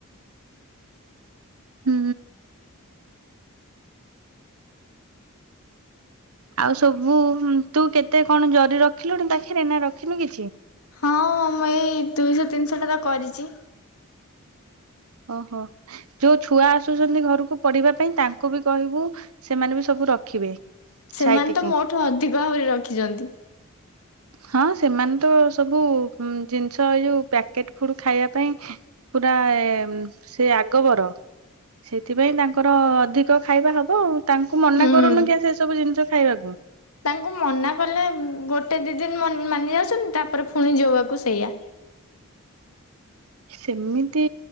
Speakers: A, on the right (about 75°); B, on the left (about 75°).
A: ହୁଁ। ଆଉ ସବୁ ତୁ କେତେ କଣ ଜରି ରଖିଲୁଣି ପାଖରେ ନା ରଖିନୁ କିଛି।
B: ହଁ ମୁଁ ଏଇ ଦୁଇଶହ ତିନିଶହ ଟା କରିଚି।
A: ଓହୋ ଯୋଉ ଛୁଆ ଆସୁଛନ୍ତି ଘରକୁ ପଢିବା ପାଇଁ ତାଙ୍କୁ ବି କହିବୁ ସେମାନେ ବି ସବୁ ରଖିବେ।
B: ସେମାନେ
A: ସାଇତିକି
B: ତ ମୋ ଠୁ ଅଧିକ ଭାବରେ ରଖିଛନ୍ତି।
A: ହଁ ସେମାନେ ତ ସବୁ ଜିନିଷ ଏଇ ଯୋଉ ପ୍ୟାକେଟ ଫୁଡ ଖାଇବା ପାଇଁ ପୁରା ସେ ଆଗବର ସେଥିପାଇଁ ତାଙ୍କର ଅଧିକ ଖାଇବା ହବ ଆଉ। ତାଙ୍କୁ ମନା
B: ହୁଁ
A: କରୁନୁ କି ସେ ସବୁ ଜିନିଷ ଖାଇବାକୁ।
B: ତାଙ୍କୁ ମନା କଲେ ଗୋଟେ ଦି ଦିନ ମନା ମାନି ଯାଉଛନ୍ତି ତାପରେ ପୁଣି ଯଉଆକୁ ସେ ସେୟା।
A: ସେମିତି